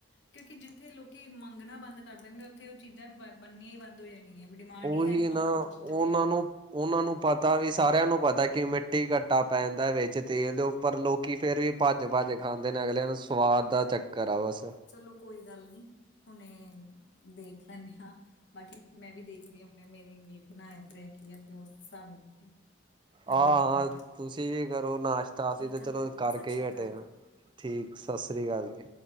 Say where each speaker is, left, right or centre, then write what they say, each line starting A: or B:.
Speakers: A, on the left (about 65°); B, on the right (about 25°).
A: ਕਿਉਂਕਿ ਜਿੱਥੇ ਲੋਕੀ ਮੰਗਣਾ ਬੰਦ ਕਰ ਦੇਂਗੇ ਉੱਥੇ ਓ ਚੀਜ਼ਾਂ ਵੀ ਬ ਬਨਨੀਆਂ ਈ ਬੰਦ ਹੋ ਜਾਣੀ ਹੈ ਵੀ ਡਿਮਾਂਡ
B: ਉਹੀ
A: ਹੀ ਹੈ ਨੀ
B: ਨਾ
A: ਮਾਰਕੀਟ 'ਚ
B: ਉਹਨਾਂ
A: ਤਾਂ ਫੇਰ
B: ਨੂੰ ਉਹਨਾਂ ਨੂੰ ਪਤਾ ਵੀ ਸਾਰਿਆਂ ਨੂੰ ਪਤਾ ਕਿ ਮਿੱਟੀ ਘੱਟਾ ਪੈਂਦਾ ਵਿੱਚ ਤੇਲ ਦੇ ਉੱਪਰ ਲੋਕ ਕਿ ਫਿਰ ਵੀ ਭੱਜ ਭੱਜ ਖਾਂਦੇ ਨੇ ਅਗਲਿਆਂ ਨੂੰ ਸਵਾਦ ਦਾ ਚੱਕਰ ਆ ਬਸ
A: ਚਲੋ ਕੋਈ ਗੱਲ ਨੀ ਹੁਣੇ ਦੇਖ ਲੈਂਣੇ ਆਂ ਬਾਕੀ ਮੈਂ ਵੀ ਦੇਖਦੀ ਹਾਂ। ਮੇਰੀ ਵੀ ਬਣਾਇਆ ਤੇ ਰਹਿ ਕੇ ਆ ਤੇ ਉਸ ਹਿਸਾਬ ਨਾਲ ਕਰ
B: ਆਹ
A: ਲੈਂਦੇ ਹਾਂ
B: ਤੁਸੀਂ ਵੀ ਕਰੋ ਨਾਸ਼ਤਾ ਅਸੀ
A: ਠੀਕ
B: ਤਾ ਚਲੋ
A: ਆ ਫਿਰ
B: ਕਰਕੇ
A: ਸਤਿ ਸ੍ਰੀ
B: ਈ
A: ਅਕਾਲ
B: ਹਟੇ ਹਾਂ। ਠੀਕ ਸਤਿ ਸ਼੍ਰੀ ਅਕਾਲ ਜੀ।